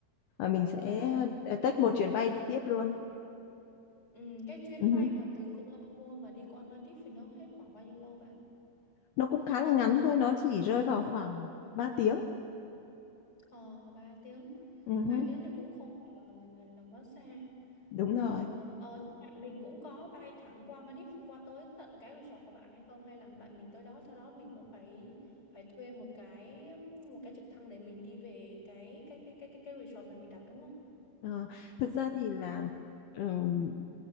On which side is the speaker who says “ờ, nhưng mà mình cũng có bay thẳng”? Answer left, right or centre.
Left